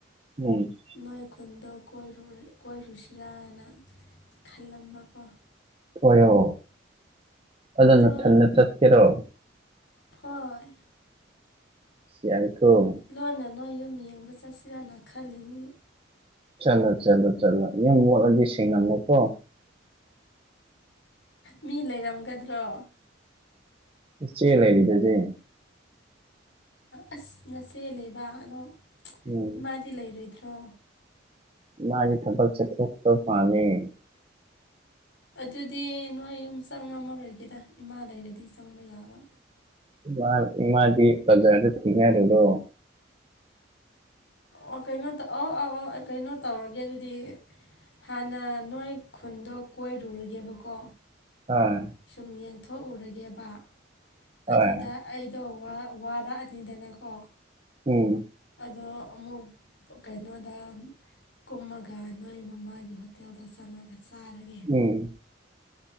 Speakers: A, on the right (about 30°); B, on the left (about 70°).
A: ꯎꯝ
B: ꯅꯣꯏ ꯈꯨꯟꯗ‌ꯣ ꯀꯣꯏꯔꯨꯁꯤꯔꯥꯅ ꯈꯜꯂꯝꯕꯀꯣ
A: ꯀ‌ꯣꯏꯌꯣ ꯑꯗꯨꯅ
B: ꯑꯗꯣ
A: ꯃꯊꯟꯅ ꯆꯠꯈꯤꯔꯣ
B: ꯍꯣꯏ
A: ꯌꯥꯥꯏꯀ‌ꯣ
B: ꯂꯣꯟꯅ ꯅꯣꯏ ꯌꯨꯝ ꯌꯦꯡꯕ ꯆꯠꯁꯤꯔꯥꯅ ꯈꯜꯂꯤꯅꯤ
A: ꯆꯂꯣ ꯆꯠꯂꯣ ꯆꯠꯂꯣ ꯌꯨꯝ ꯃ‌ꯣꯜꯂꯗꯤ ꯁꯦꯡꯉꯝꯃꯨꯀꯣ
B: ꯃꯤ ꯂꯩꯔꯝꯒꯗ꯭ꯔꯣ
A: ꯏꯆꯦ ꯂꯩꯔꯤꯗꯨꯗꯤ
B: ꯑꯁ ꯅꯆꯦ ꯂꯩꯕ ꯑꯗꯣ
A: ꯎꯝ
B: ꯏꯃꯥꯗꯤ ꯂꯩꯔꯣꯏꯗ꯭ꯔꯣ
A: ꯃꯥꯗꯤ ꯊꯕꯛ ꯆꯠꯍꯣꯛꯄ ꯄꯥꯂ‌ꯦ
B: ꯑꯗꯨꯗꯤ ꯅꯣꯏ ꯌꯨꯝ ꯆꯪꯉꯝꯃꯔꯣꯏꯒꯦꯗ ꯏꯃꯥ ꯂꯩꯔꯗꯤ ꯆꯪꯕ ꯌꯥꯕ
A: ꯏꯃ ꯏꯃꯗꯤ ꯄꯖꯗ ꯊꯦꯡꯅꯔꯔꯣ
B: ꯑꯣ ꯀꯩꯅꯣ ꯇꯧ ꯑꯧ ꯑꯧ ꯑ ꯀꯩꯅꯣ ꯇꯧꯔꯒꯦ ꯑꯗꯨꯗꯤ ꯍꯥꯟꯅ ꯅꯣꯏ ꯈꯨꯟꯗꯣ ꯀꯣꯏꯔꯨꯔꯒꯦꯕꯀꯣ
A: ꯑꯥ
B: ꯁꯨꯝ ꯌꯦꯡꯊꯣꯛꯎꯔꯒꯦꯕ
A: ꯍꯣꯏ
B: ꯑꯗꯨꯗ ꯑꯩꯗꯣ ꯋꯥꯔꯛꯑꯅꯤꯗꯅꯀꯣ
A: ꯎꯝ
B: ꯑꯗꯣ ꯑꯃꯨꯛ ꯀꯩꯅꯣꯗ ꯀꯨꯝꯃꯒ ꯅꯣꯏ ꯃꯃꯥꯒꯤ ꯍꯣꯇꯦꯜꯗ ꯆꯪꯉꯒ ꯆꯥꯔꯒꯦ
A: ꯎꯝ